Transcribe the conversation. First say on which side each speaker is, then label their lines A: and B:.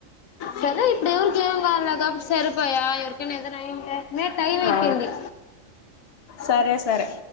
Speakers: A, on the left; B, on the left.
A: సరే ఇప్పుడు ఎవరికి ఏం కాలా గాబట్టి సరిపయా ఎవరికైనా ఏదైనా మే టైమ్ అయిపేయింది
B: ఆ సరే సరే